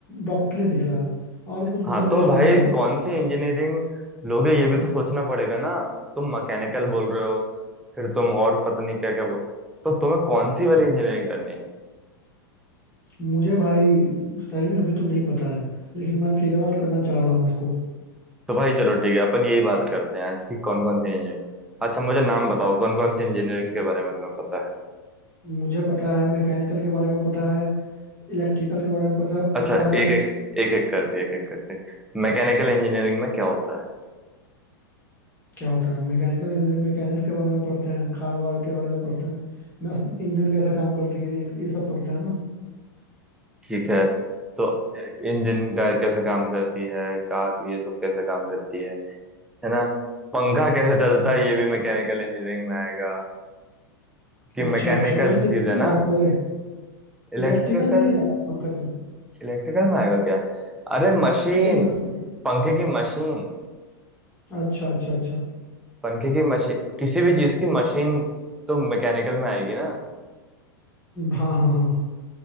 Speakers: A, on the left; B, in the centre.
A: डॉक्टर ही दिख रहा है और कुछ मुझे
B: हाँ
A: नज़र
B: तो
A: नहीं
B: भाई
A: आ रहा
B: कौन सी इंजीनियरिंग लोगे ये भी तो सोचना पड़ेगा ना तुम मैकेनिकल बोल रहे हो फिर तुम और पता नहीं क्या क्या बोल तो तुम्हें कौन सी वाली इंजीनियरिंग करनी है
A: मुझे भाई सही में अभी तो नहीं पता है लेकिन मैं फिगर आउट करना चाह रहा हूँ इसको
B: तो भाई चलो ठीक है अपन यही बात करते हैं आज की कौन कौन सी इंजीनियरिंग अच्छा मुझे नाम बताओ कौन कौन सी इंजीनियरिंग के बारे में तुम्हें पता है
A: मुझे पता है मैकेनिकल के बारे में पता है इलेक्ट्रिकल के बारे में पता
B: अच्छा
A: पता है
B: एक एक एक एक करके एक एक करके मैकेनिकल इंजीनियरिंग में क्या होता है
A: क्या होता है मैकेनिकल मैकेनिक्स के बारे में पढ़ते हैं कार वार के बारे में पढ़ते हैं मैं इंजन कैसे काम करती है ये ये सब पढ़ते हैं ना
B: ठीक है तो इंजन का कैसे काम करती है कार ये सब कैसे काम करती है है ना पंखा कैसे चलता
A: हम्म।
B: है ये भी मैकेनिकल इंजीनियरिंग में आएगा क्योंकि
A: अच्छा
B: मैकेनिकल
A: अच्छा इलेक्ट्रिकल
B: चीज है
A: में
B: ना
A: आया था
B: इलेक्ट्रिकल
A: इलेक्ट्रिकल में नहीं आया था पंकज सर,
B: इलेक्ट्रिकल में आएगा क्या अरे मशीन
A: मुझे नहीं पता
B: पंखे की मशीन
A: अच्छा अच्छा अच्छा
B: पंखे की मशीन किसी भी चीज की मशीन तो मैकेनिकल में आएगी ना
A: हाँ हाँ हाँ